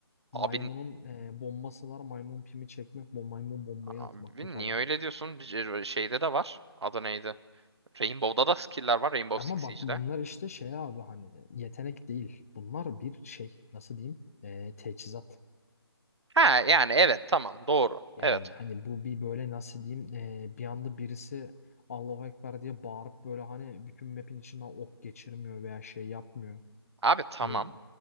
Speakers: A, on the right; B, on the left.
A: Abi,
B: Maymunun e, bombası var. Maymun pimi çekmek, bom, maymun bombayı
A: abi
B: atmak bu kadar.
A: niye öyle diyorsun? Bir- Şeyde de var. Adı neydi? Rainbow'da da skill'ler var. Rainbow
B: Ama
A: Six
B: bak
A: Siege'de.
B: bunlar işte şey abi hani yetenek değil. Bunlar bir şey nasıl diyeyim? E, teçhizat.
A: Ha yani evet tamam doğru.
B: Yani
A: Evet.
B: hani bu bir böyle nasıl diyeyim e, bir anda birisi Allahu Ekber diye bağırıp böyle hani bütün map'in içinden ok geçirmiyor veya şey yapmıyor.
A: Abi tamam.
B: Hani